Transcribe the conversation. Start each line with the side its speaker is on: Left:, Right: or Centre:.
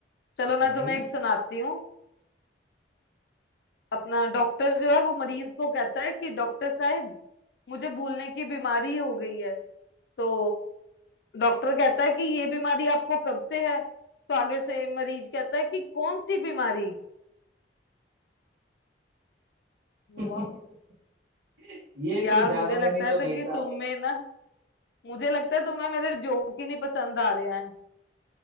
Left: चलो
Right: तो सुनाइए
Left: मैं तुम्हें एक सुनाती हूँ अपना डॉक्टर जो है वो मरीज को कहता है कि डॉक्टर साहब मुझे भूलने की बीमारी हो गई है तो डॉक्टर कहता है कि ये बीमारी आपको कब से है तो आगे से मरीज कहता है कि कौन सी बीमारी
Right: फिर।
Left: वाह
Right: <laughs> ये
Left: यार
Right: कोई
Left: मुझे
Right: ज्यादा
Left: लगता
Right: फनी
Left: है
Right: तो
Left: तो
Right: नहीं
Left: कि
Right: था
Left: तुम में ना मुझे लगता है तुम्हें मेरे जोक ही नहीं पसंद आ रहे हैं